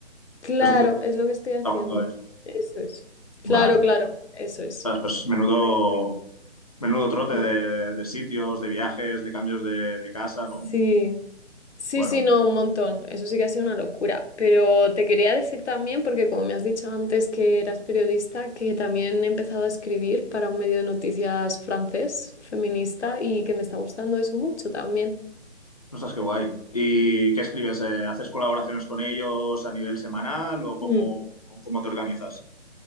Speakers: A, on the left; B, on the left.
A: Claro,
B: ¿Qué es donde estás
A: es lo que estoy haciendo.
B: trabajando de eso?
A: Eso es. Claro,
B: Vale.
A: claro, eso es.
B: Ostras, Pues menudo,
A: Estoy haciendo.
B: menudo trote
A: Mm.
B: de, de sitios, de viajes, de cambios de, de casa,
A: Sí,
B: ¿no?
A: sí,
B: Bueno,
A: sí, no, un montón. Eso sí que ha sido una locura. Pero te quería decir también, porque como me has dicho antes que eras periodista, que también he empezado a escribir para un medio de noticias francés, feminista,
B: ostras,
A: y que me está gustando eso mucho también.
B: ostras, qué guay. ¿Y qué escribes? Eh, ¿Haces colaboraciones con ellos a nivel semanal o cómo,
A: Mm.
B: o cómo te organizas?